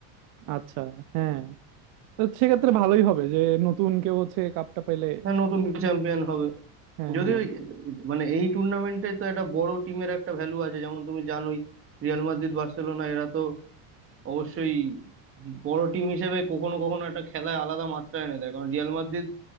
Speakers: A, on the right; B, on the right.
A: আচ্ছা হ্যাঁ তো সেক্ষেত্রে ভালোই হবে যে নতুন কেউ হচ্ছে কাপটা পেলে
B: হ্যাঁ নতুন চ্যাম্পিয়ন হবে
A: হ্যাঁ
B: যদিও
A: হ্যাঁ
B: এই- মানে এই টুর্নামেন্টে তো একটা বড় টিমের একটা ভ্যালু আছে যেমন তুমি জানোই রিয়াল মাদ্রিদ বার্সেলোনা এরা তো অবশ্যই বড় টিম হিসেবে কখনো কখনো একটা খেলায় আলাদা মাত্রা এনে দেয় কারণ রিয়াল মাদ্রিদ